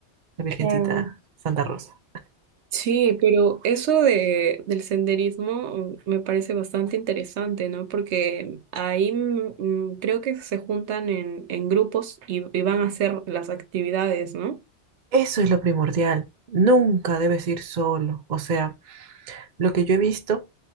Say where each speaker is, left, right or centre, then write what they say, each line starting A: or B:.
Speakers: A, on the right; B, on the right.
A: la Virgencita
B: Claro.
A: Santa Rosa.
B: Sí, pero eso de, del senderismo mm, me parece bastante interesante, ¿no? Porque ahí mm, mm, creo que se juntan en, en grupos y, y van a hacer las actividades, ¿no?
A: Eso es lo primordial. Nunca debes ir solo. O sea, lo que yo he visto,